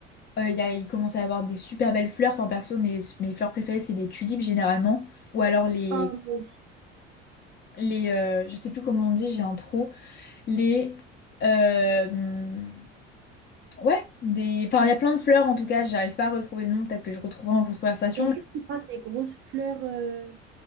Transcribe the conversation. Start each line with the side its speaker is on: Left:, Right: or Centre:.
Left: Euh, il y a, il commence à y avoir des super belles fleurs. Enfin, perso, mes, mes fleurs préférées, c'est les tulipes généralement, ou alors les,
Right: Ah, moi aussi.
Left: les, euh, je sais plus comment on dit, j'ai un trou. les euh, ouais des enfin il y a plein de fleurs en tout cas j'arrive pas à retrouver le nom peut-être que je retrouverai en cours de conversation
Right: Est-ce que tu parles des grosses fleurs, euh,